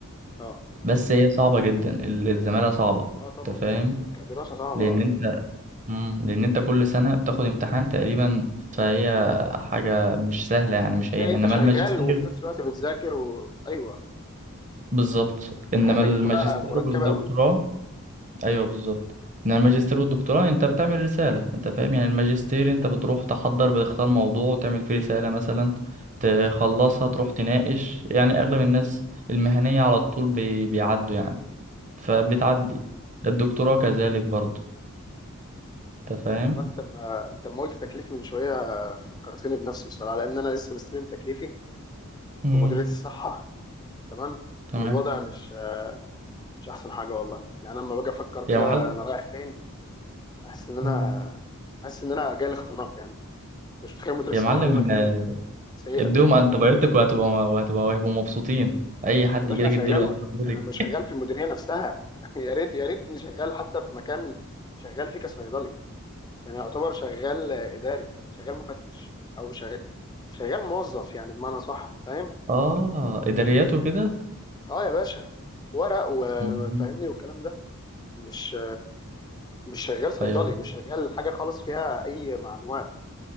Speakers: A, on the left; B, on the right.
A: اه
B: بس هي صعبة جدا ال- الزمالة صعبة
A: اه طبعا
B: انت فاهم؟
A: كدراسة صعبة
B: لأن
A: آه.
B: انت مم. لأن انت كل سنة بتاخد امتحان تقريبا فهي حاجة مش سهلة يعني
A: بالتالي
B: مش هين انما
A: انت شغال
B: الماجستير
A: وفي نفس الوقت بتذاكر وايوه
B: بالظبط انما
A: حياتك
B: الماجستير
A: بتبقى مركبه
B: والدكتوراه
A: قوي
B: ايوه بالظبط ان الماجستير والدكتوراه انت بتعمل رساله انت فاهم يعني الماجستير انت بتروح تحضر بتختار موضوع وتعمل فيه رساله مثلا تخلصها تروح تناقش يعني اغلب الناس المهنيه على طول بي... بيعدوا يعني فبتعدي
A: اه اه
B: الدكتوراه كذلك برضه انت فاهم
A: والله انت ما انت ما قلت تكليف من شويه فكرتني بنفسي بصراحه لان انا لسه مستلم تكليفي
B: امم
A: في مديريه الصحه تمام
B: تمام
A: والوضع مش مش احسن حاجه والله يعني انا لما باجي افكر كده
B: يا معلم
A: انا رايح فين احس ان انا
B: امم
A: احس ان انا جاي الاختناق يعني مش متخيل مديريه الصحه
B: يا معلم
A: دي مكان
B: آه،
A: سيء
B: اديهم
A: قد ايه
B: انتبيوتك وهتبقى وهتبقى وهيبقوا مبسوطين اي حد
A: يا باشا
B: يجيلك
A: انا شغال
B: اديله انتبيوتك
A: انا مش شغال في المديريه نفسها <laughs> يا ريت يا ريتني شغال حتى في مكان شغال فيه كصيدلي يعني يعتبر شغال اداري شغال مفتش او شغال شغال موظف يعني بمعنى صح فاهم
B: اه اداريات وكده
A: اه يا باشا ورق وفاهمني
B: مم.
A: والكلام ده مش مش شغال صيدلي
B: ايوه
A: مش شغال حاجه خالص فيها اي معلومات